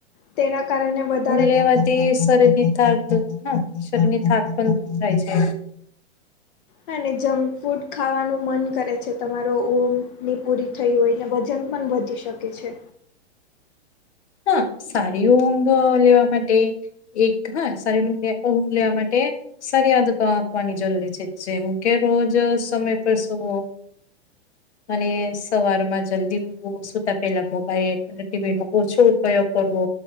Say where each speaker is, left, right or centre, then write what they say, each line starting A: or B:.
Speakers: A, on the left (about 50°); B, on the left (about 75°).
A: તેના કારણે વધુ
B: લેવાથી શરીર ની થાક હા શરીર ની થાક પણ દૂર થાય છે.
A: હાને જંક ફૂડ ખાવાનું મન કરે છે. તમારો ઊંધની પૂરી થઈ હોય ને વજન પણ વધી શકે. શકે છે.
B: હા સારી ઊંઘ લેવા માટે એક હા સારી ઊંઘ લેવા માટે સારી આદતો આપવાની જરૂરી છે જેમ કે રોજ સમય પર સુવો, અને સવારમાં જલ્દી ઉઠવું સુતા પેલા મોબાઈલ અને ટીવી નો ઓછો ઉપયોગ કરવો,